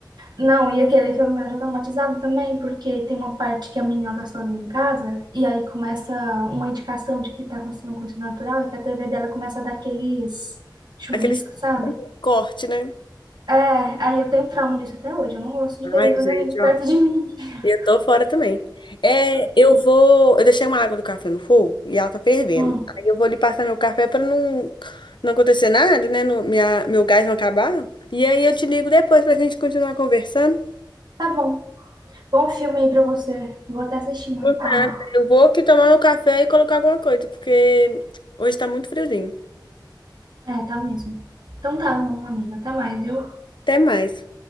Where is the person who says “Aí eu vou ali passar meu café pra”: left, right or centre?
Left